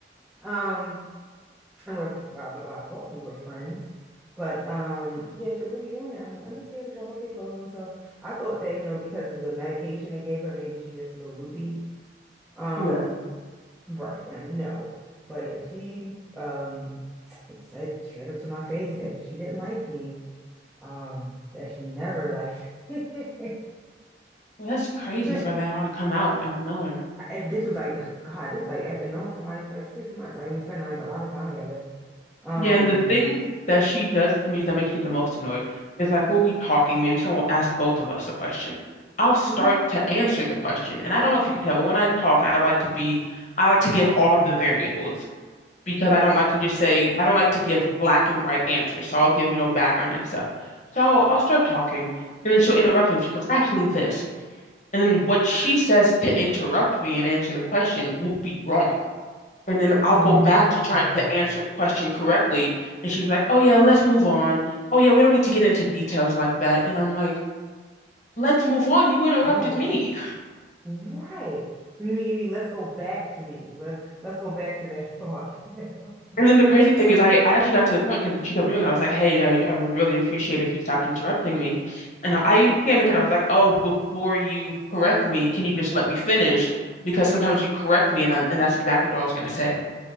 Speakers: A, in the centre; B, on the left (about 40°).
A: Um, And we're, fr- I, well, I thought we were friends. But um, yeah, she's like, what are you doing here? I'm like, I'm just here to drop off your clothes. So I thought that, you know, because of the medication they gave her, maybe she's just a little loopy. Um,
B: Yeah.
A: right. And no. But yeah, she um <tsk> said straight up to my face that she didn't like me. Um, that she never liked me.
B: Well, that's crazy
A: <laughs>
B: for that all to come out out of nowhere.
A: And this was like, <sighs> God, this was like after knowing somebody for like six months. Like, I mean, spending like a lot of time together. Um,
B: Yeah, and the thing that she does to me that makes me the most annoyed is like we'll be talking, maybe someone will ask both of us a question. I'll start
A: mhm,
B: to answer the question. And I don't know if you can tell, but when I talk, I like to be I like to give all the variables. because
A: yeah.
B: I don't like to just say, I don't like to give black and white answers. So I'll give, you know, background and stuff. So I'll, I'll start talking and then she'll interrupt me. She goes, actually, this. And then what she says to interrupt me and answer the question will be wrong. And then I'll
A: Mm.
B: go back to trying to answer the question correctly. And she's like, oh, yeah, let's move on. Oh, yeah, we don't need to get into details like that. And I'm like, let's move on. You interrupted
A: Well,
B: me.
A: right. You mean, you mean let's go back to me. Let's let's go back to that thought, <laughs> that original
B: And then the
A: thought.
B: crazy thing is, I, I actually got to the point because she kept doing it. I was like, hey, I, I would really appreciate if you stopped interrupting me. And I, I
A: Yeah.
B: think I even said, I was like, oh, before you correct me, can you just let me finish? Because sometimes you correct me, and, I, and that's exactly what I was going to say.